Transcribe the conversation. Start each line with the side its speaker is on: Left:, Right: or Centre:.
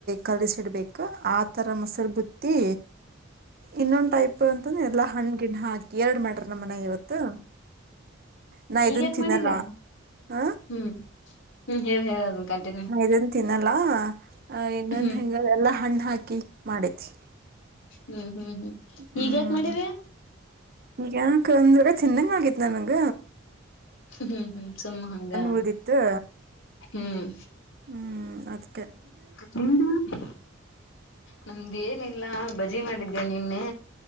Right: ಕಲ್ಸಿಡ್ಬೇಕು ಆ ಥರ ಮೊಸರು ಬುತ್ತಿ ಇನ್ನೊಂದ್ ಟೈಪ್ ಅಂತಂದ್ರೆ ಎಲ್ಲಾ ಹಣ್ ಗಿಣ್ ಹಾಕಿ ಎರಡ್ ಮಾಡ್ಯಾರ ನಮ್ಮನ್ಯಾಗ ಇವತ್ತು ನಾ
Left: ಈಗ
Right: ಇದನ್
Left: ಯಾಕ್
Right: ತಿನ್ನಲ್ಲ
Left: ಮಾಡಿರಿ
Right: ಹ
Left: ಹ್ಮ್ ಹ್ಮ್ ಹೇಳ ಹೇಳ ಅದನ್ ಕಂಟಿನ್ಯೂ
Right: ನಾ ಇದನ್ ತಿನ್ನಲ್ಲ ಇನ್ನೊಂದ
Left: ಹ್ಮ್
Right: ಹೆಂಗದೆ ಎಲ್ಲ ಹಣ್ಣು ಹಾಕಿ ಮಾಡೇತಿ
Left: ಹ್ಮ್ ಹ್ಮ್ ಹ್ಮ್
Right: ಹ್ಮ್
Left: ಈಗ ಯಾಕ ಮಾಡಿರೀ
Right: ಯಾಕಂದ್ರೆ ತಿನ್ನಂಗ ಆಗಿತ್ತ ನನಗ
Left: ಹ್ಮ್ ಹ್ಮ್ ಸುಮ್ಮ ಹಂಗ
Right: ಉಳ್ದಿತ್ತು
Left: ಹ್ಮ್
Right: ಹ್ಮ್ ಅದ್
Left: ನಿಮ್ದ ನಮ್ದೇನಿಲ್ಲ ಬಜಿ ಮಾಡಿದ್ದೆ ನಿನ್ನೆ